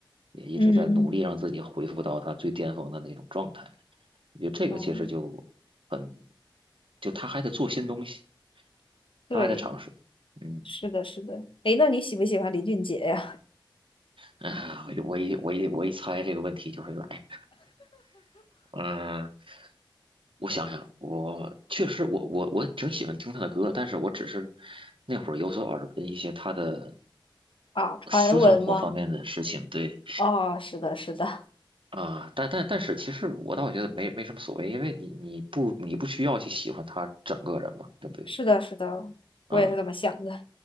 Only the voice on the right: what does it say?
也一直在努力让自己恢复到他最巅峰的那种状态。
我觉得这个其实就很，
就他还得做新东西，
他还在尝试，嗯。
啊，我一我一我一我一猜这个问题就会来。嗯，我想想，我确实我我我挺喜欢听他的歌，但是我只是那会儿有所耳闻一些他的
私生活方面的事情。对
啊，但但但是其实我倒觉得没没什么所谓，因为你你不你不需要去喜欢他整个人嘛，对不对？
嗯